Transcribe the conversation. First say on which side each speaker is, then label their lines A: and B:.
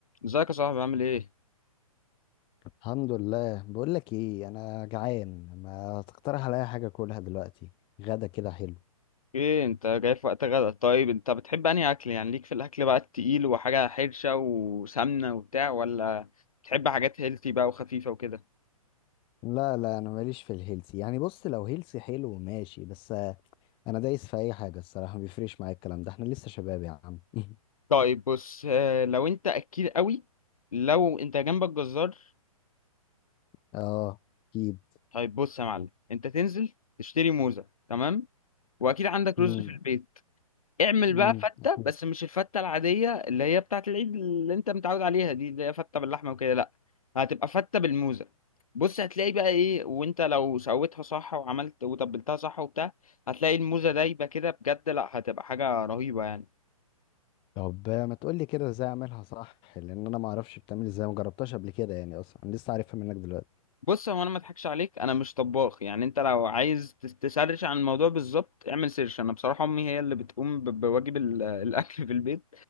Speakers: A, on the left; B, on the left.
A: ازيك يا صاحبي عامل ايه؟
B: الحمد لله بقول لك ايه انا جعان ما تقترح عليا حاجه اكلها دلوقتي غدا كده حلو
A: ايه انت جاي في وقت غدا طيب انت بتحب انهي اكل يعني ليك في الاكل بقى التقيل وحاجة حرشة وسمنة وبتاع ولا بتحب حاجات هيلثي بقى وخفيفة وكده؟
B: لا لا انا ماليش في الهيلثي يعني بص لو هيلثي حلو ماشي بس آه، انا دايس في اي حاجه الصراحه ما بيفرقش معايا الكلام ده احنا لسه شباب يا عم <laughs>
A: طيب بص آه، لو انت اكيل قوي لو انت جنبك جزار
B: اه اكيد
A: طيب بص يا معلم انت تنزل تشتري موزة تمام؟ واكيد عندك
B: امم
A: رز في البيت اعمل
B: امم
A: بقى فتة
B: أكيد.
A: بس مش الفتة العادية اللي هي بتاعة العيد اللي انت متعود عليها دي اللي هي فتة باللحمة وكده لا هتبقى فتة بالموزة بص هتلاقي بقى ايه وانت لو سويتها صح وعملت وتبلتها صح وبتاع هتلاقي الموزة دايبة كده بجد لا هتبقى حاجة رهيبة يعني
B: طب آه، ما تقول لي كده ازاي اعملها صح لان انا ما اعرفش بتعمل ازاي ما جربتهاش قبل كده يعني اصلا أنا لسه عارفها منك دلوقتي
A: بص هو انا ما اضحكش عليك انا مش طباخ يعني انت لو عايز تس- تسرش عن الموضوع بالظبط اعمل سيرش انا بصراحه امي هي اللي بتقوم ب- بواجب ال- <laughs> الاكل في البيت